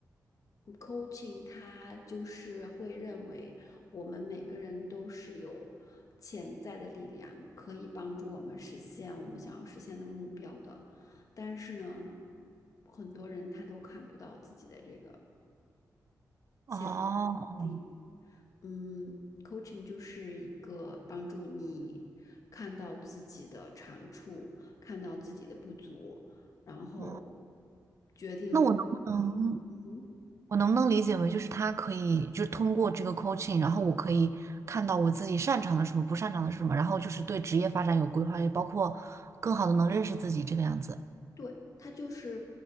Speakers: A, on the left; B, on the right.
A: coaching 它就是会认为我们每个人都是有潜在的力量，可以帮助我们实现我们想要实现的目标的。但是呢，很多人他都看不到自己的这个潜
B: 哦，
A: 力。嗯，coaching 就是一个帮助你看到自己的长处，看到自己的不足，然后
B: 嗯，
A: 决定，
B: 那我能不能
A: 嗯哼，
B: 我能不能理解为就是他可以就是通过这个 coaching，然后我可以看到我自己擅长的什么，不擅长的是什么，然后就是对职业发展有规划，也包括更好的能认识自己这个样子。
A: 对，它就是，